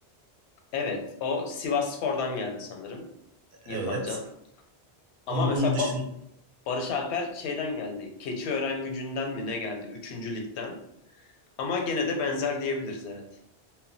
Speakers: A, on the left; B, on the right.
A: Evet. O Sivasspor'dan geldi sanırım İrfan
B: Evet.
A: Can. Ama
B: Onun
A: mesela
B: dışın
A: Ba- Barış Alper şeyden geldi. Keçiören Gücü'nden mi ne geldi? Üçüncü ligden. Ama gene de benzer diyebiliriz evet.